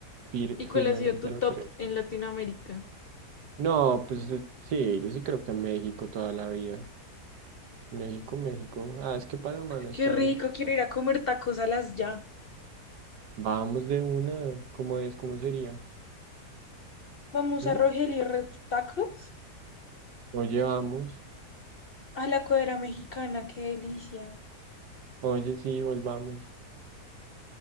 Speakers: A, on the right; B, on the left.
A: fir-
B: ¿Y cuál
A: firmemente
B: ha sido tu
A: lo
B: top
A: creo.
B: en Latinoamérica?
A: No, pues eh, sí, yo sí creo que México toda la vida. México, México. Ah, es que Panamá no están.
B: Qué rico, quiero ir a comer tacos a las ya.
A: Vamos de una. ¿Cómo es? ¿Cómo sería?
B: Vamos
A: ¿Mm?
B: a Rogelio Red Tacos,
A: Oye, vamos.
B: a la cuadra mexicana, qué delicia.
A: Oye, sí, volvamos.